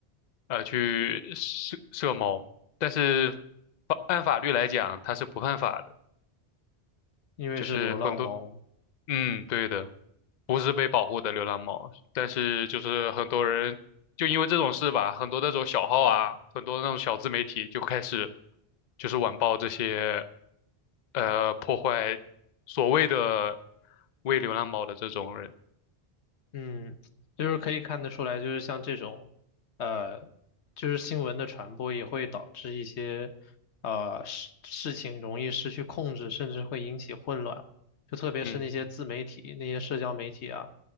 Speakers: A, on the left (about 50°); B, on the left (about 85°).
A: 呃，去射射猫，但是法按法律来讲，它是不犯法的，
B: 因为是流浪猫嘛。
A: 就是很多，嗯，对的。不是被保护的流浪猫，但是就是很多人就因为这种事吧，很多那种小号啊，很多那种小自媒体就开始就是晚报这些呃破坏所谓的喂流浪猫的这种人，
B: 嗯，就是可以看得出来，就是像这种，呃，就是新闻的传播也会导致一些，呃，事事情容易失去控制，甚至会引起混乱。就特别是那些自媒体、
A: 嗯
B: 那些社交媒体啊，